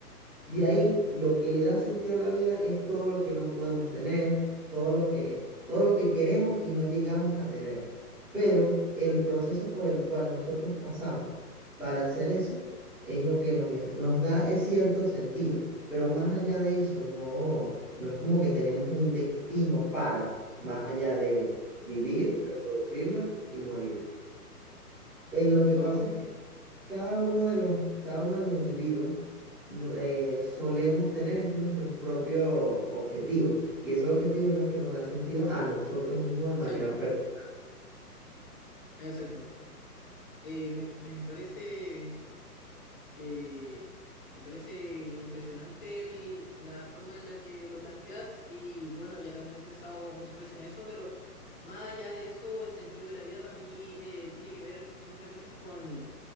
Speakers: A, in the centre; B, on the left (about 30°).
A: de ahí, lo que le da sentido a la vida es todo lo que no podemos tener, todo lo que, todo lo que queremos y no llegamos a tener. Pero el proceso por el cual nosotros pasamos para hacer eso es lo que nos, le- nos da eh, cierto sentido. Pero más allá de eso, no, no es como que tenemos un destino para, más allá del vivir, reproducirnos y morir. Eh, lo que
B: Wow.
A: pasa es que cada uno de los, cada uno de los individuos no- eh, solemos tener es nuestro propio objetivo. Y ese objetivo es lo que nos da sentido a nosotros mismos de manera
B: Chevo.
A: personal.
B: Exacto. Eh, me, me parece. eh, me parece impresionante el- la forma en la que lo planteas y bueno, ya también he pensado muchas veces en eso, pero más allá de eso, el sentido de la vida para mí eh, tiene que ver muchas veces con,